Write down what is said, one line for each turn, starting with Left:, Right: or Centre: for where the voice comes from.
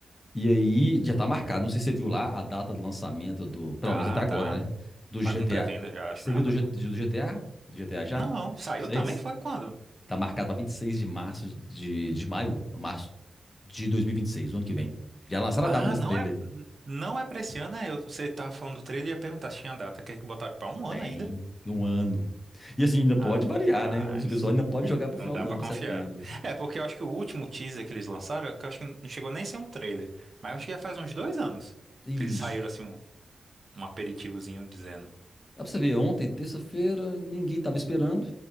Left: E aí, já tá marcado. Não sei se você viu lá a data do lançamento do. Pelo
Right: Tá,
Left: menos até agora,
Right: tá.
Left: né? Do
Right: Tá
Left: GTA.
Right: com pré-venda já, acho,
Left: Você
Right: na
Left: viu
Right: Amazon.
Left: do, G- do GTA? Do GTA já?
Right: Não, saiu
Left: Seis?
Right: também foi quando?
Left: Tá marcado pra 26 de março de, de maio, ou março de 2026, o ano que vem. Já lançaram a
Right: Ah,
Left: data desse
Right: não
Left: trailer.
Right: é, não é pra esse ano, é, eu- você tava falando do trailer e ia perguntar se tinha data, Quer que botaram pra um ano
Left: Tem
Right: ainda?
Left: um ano. E assim, ainda pode
Right: Rapaz,
Left: variar, né? Como diz o pessoal, ainda pode jogar pro
Right: não
Left: final
Right: dá
Left: do
Right: pra
Left: ano, pra
Right: confiar.
Left: setembro.
Right: É, porque eu acho que o último teaser que eles lançaram, que eu acho que não chegou nem a ser um trailer, mas eu acho que já faz uns dois anos
Left: Isso.
Right: que eles saíram assim um, um aperitivozinho dizendo.
Left: Dá pra você ver, ontem, terça-feira, ninguém tava esperando.